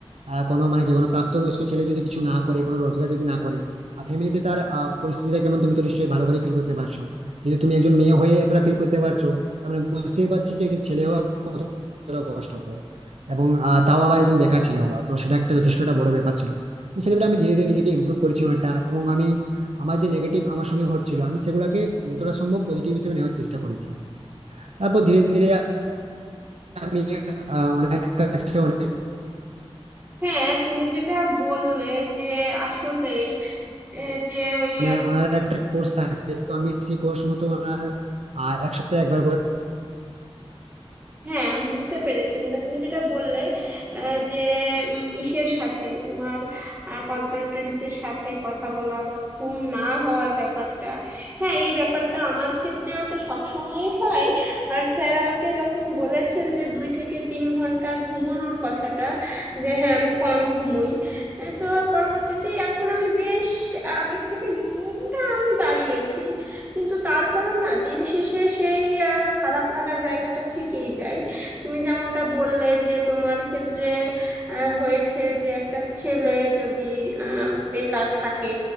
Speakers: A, on the right; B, on the right.
A: আহ, কোনো মানে যে কোনো প্রাপ্তবয়স্ক ছেলে যদি কিছু না করে কোনো রোজগার যদি না করে ফ্যামিলিতে তার আহ, পরিস্থিতিটা কেমন তুমি তো নিশ্চয়ই ভালো করে ফিল করতে পারছো কিন্তু তুমি একজন মেয়ে হয়ে এতটা ফিল করতে পারছো তার মানে বুঝতেই পারছো যে একজন ছেলে হওয়া কতটা কষ্টকর এবং আহ, তাও আবার একজন বেকার ছেলে হওয়া তো সেটা একটা যথেষ্ট একটা বড় ব্যাপার ছিল তো সেক্ষেত্রে আমি ধীরে ধীরে নিজেকে ইমপ্রুভ করেছি অনেকটা এবং আমি আমার যে নেগেটিভ আমার সঙ্গে ঘটছিল আমি সেগুলোকে যতটা সম্ভব পজিটিভ হিসেবে নেওয়ার চেষ্টা করেছি তারপর ধীরে ধীরে আমি আহ, ওনার কাছে অনেক
B: হ্যাঁ তুমি যেটা বললে যে আসলেই এ, যে ওই
A: মানে ওনার একটা কোর্স থাকে তো আমি সেই কোর্স মতো ওনার আহ, এক সপ্তাহে একবার করে
B: হ্যাঁ আমি বুঝতে পেরেছি মানে তুমি যেটা বললে আহ, যে উম, ইসের সাথে তোমার কনসালটেন্সের সাথে কথা বলা বা ঘুম না হওয়ার ব্যাপারটা হ্যাঁ এই ব্যাপারটা আমার ক্ষেত্রেও তো সব সময় হয় আর স্যার আমাকে যখন বলেছেন যে দুই থেকে তিন ঘন্টা ঘুমানোর কথাটা যে হ্যাঁ আমি কম ঘুমোই আহ, তো পরবর্তীতে এখন আমি বেশ আগের থেকে ঘুমটা আমি বাড়িয়েছি কিন্তু তারপরেও না দিন শেষে সেই আহ, খারাপ লাগার জায়গাটা থেকেই যায় তুমি যেমনটা বললে যে তোমার ক্ষেত্রে আহ, হয়েছে যে একটা ছেলে যদি আহ, বেকার থাকে